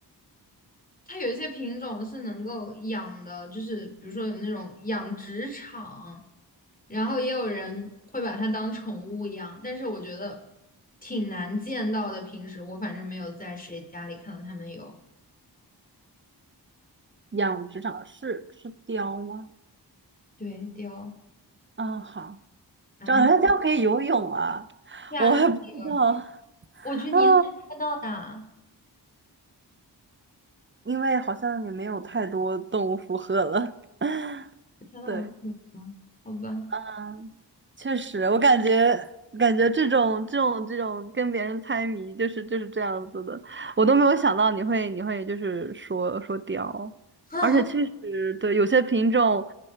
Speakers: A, on the left; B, on the right.
A: 它有一些品种是能够养的，就是比如说有那种养殖场，然后也有人会把它当宠物养。但是我觉得挺难见到的，平时我反正没有在谁家里看到他们有。
B: 养殖场是是雕吗？
A: 对，雕
B: 啊，好，
A: 啊，
B: 长辣椒可以游泳啊，
A: 对啊，
B: 我还不知道
A: 它可以有。我得你怎么猜到的啊？
B: 啊，因为好像也没有太多动物符合了。<laughs>
A: 猜到好准吗？
B: 对，
A: 好吧。
B: 嗯，确实，我感觉感觉这种这种这种跟别人猜谜，就是就是这样子的，我都没有想到你会你会就是说说雕，
A: <laughs>
B: 而且确实对有些品种，